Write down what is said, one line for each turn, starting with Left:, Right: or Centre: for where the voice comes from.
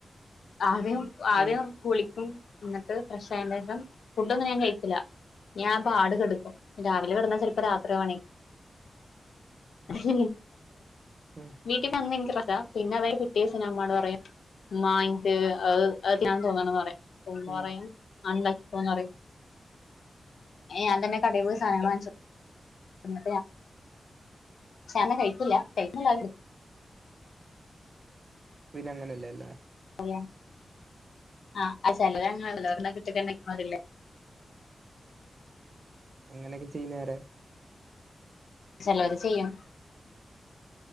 Left: ആദ്യം ആദ്യം
Right: ഉം
Left: കുളിക്കും ഇന്നട്ട് ഫ്രഷ് ആയ്റ്റെഷം ഫുഡ് ഒന്നും ഞാൻ കഴിക്കൂല ഞാൻ പാട് കിടക്കും രാവിലെ കെടന്നാ ചെലപ്പോ രാത്രിയാവും എ <unintelligible>
Right: ഉം
Left: വീട്ടിൽ വന്നെങ്ക, പിന്നെ അതായ പിറ്റേസിന അമ്മാട് പറയാം. മാമമ അത് അതൊക്കെയൻ തോന്നണന്ന് പറയാ, അപ്പ
Right: ഉം
Left: പറയായും ഉണ്ടാക്കിപ്പോന്ന് പറയും. ഞാൻ തന്നെ കട പോയി- സാധനങൾ ഞൻ- സാനം കഴിക്കില്ല കഴിക്കുന്നല്ലായൊരുത്.
Right: പിന്നെ അങ്ങനെയല്ലേലേ?
Left: അ ആഹ ചില <unintelligible> എണ്ണല്ലേ <inaudible>
Right: അങ്ങനെയൊക്കെ ചെയ്യുന്നെയാരാ?
Left: ചിലവർ ചെയ്യും.